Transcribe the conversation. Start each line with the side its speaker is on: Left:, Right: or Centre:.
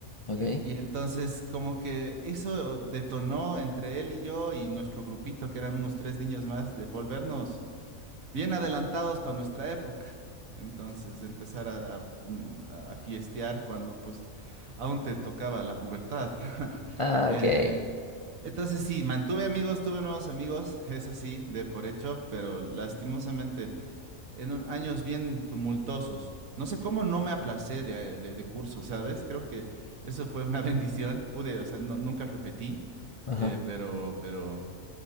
Left: ok.
Right: Y entonces como que eso detonó entre él y yo y nuestro grupito, que eran unos tres niños más, de volvernos bien adelantados para nuestra época. Entonces, empezar a, a, mm, a- a fiestear cuando pues aún te tocaba la pubertad. <laughs>
Left: Ah,
Right: Eh,
Left: ok.
Right: entonces, sí, mantuve amigos, tuve nuevos amigos, eso sí, de por hecho, pero lastimosamente en un- años bien tumultuosos. No sé cómo no me aplacé de, eh, de, de curso, ¿sabes? Creo que eso fue una <laughs> bendición. Pude, o sea, no- nunca repetí,
Left: Ajá.
Right: eh, pero, pero